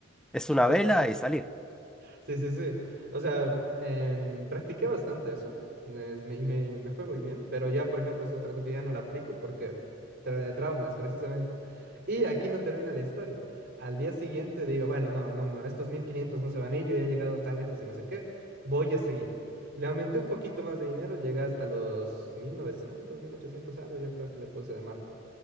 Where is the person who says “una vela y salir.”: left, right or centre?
Centre